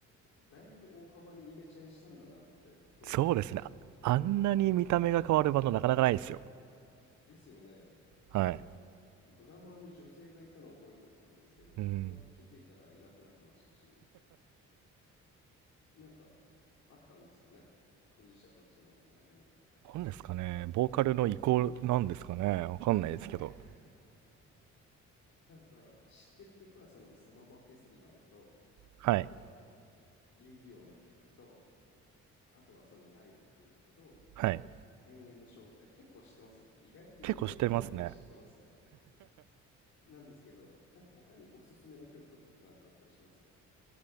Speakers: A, on the left; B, on the right.
A: だいぶ大幅にイメチェンしたんだなって当時思いました。
B: そうですね。
A: はい。
B: あんなに見た目が変わるバンドなかなかないですよ。
A: ですよね。なんか、
B: はい。
A: ドラマーに女性がいたのを覚えてたんですけど、
B: うん。
A: なんか気づいたらいなくなってましたし、なんか、あったんですかね、当事者たちの間に。
B: なんですかね、ボーカルの移行なんですかね、わかんないですけど。
A: <laughs> なんか、知ってる曲はそのサママフェスティバルと、
B: はい。
A: えっと、遊戯王の曲と、あとはそのライラクと、
B: はい。
A: 永遠々の消防隊、結構知ってますね。意外と4曲ぐらいは知ってますね。
B: 結構してますね。
A: なんですけど、なんか他におすすめの曲とかってなんかあったりします